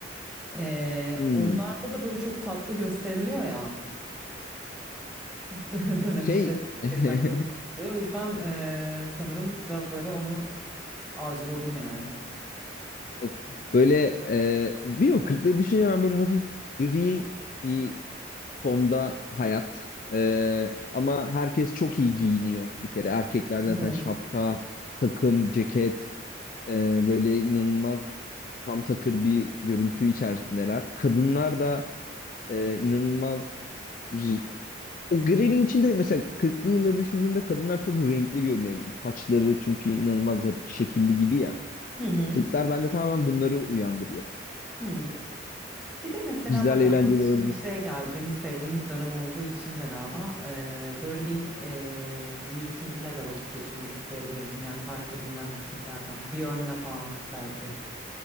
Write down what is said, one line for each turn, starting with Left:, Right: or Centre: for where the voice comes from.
Centre: Ee,
Left: Hmm.
Centre: onlarda da böyle çok tatlı gösteriliyor ya. <laughs> Dönem
Left: Şey
Centre: işleri
Left: <laughs>
Centre: gerçekten çok tatlı. oluyor. O yüzden e, sanırım biraz böyle onu arzuladım yani.
Left: bak, böyle e, bir o 40'lı düşünce ben böyle hafif gri bir tonda hayat E, ama herkes çok iyi giyiniyor bir kere erkekler zaten
Centre: Evet.
Left: şapka takım ceket E, böyle inanılmaz tam takır bir görüntü içerisindeler. Kadınlar da e, inanılmaz r- o grelin içinde mesela kırklı yılları düşündüğümde kadınlar çok renkli görünüyor gibi. Saçları çünkü inanılmaz hep şekilli gibi ya.
Centre: Hı hı.
Left: Kırklar bende tamamen bunları uyandırıyor.
Centre: Hı. Bir de mesela
Left: Güzel,
Centre: bak
Left: eğlenceli
Centre: aklıma
Left: olabilir.
Centre: şimdi bir şey geldi. Benim sevdiğim bir dönem olduğu için de galiba eee, böyle bir eee Viking'le de vakit geçirmek isteyebilirdim. Yani tarihte bilinen Vikinglerden. Björn'le falan belki.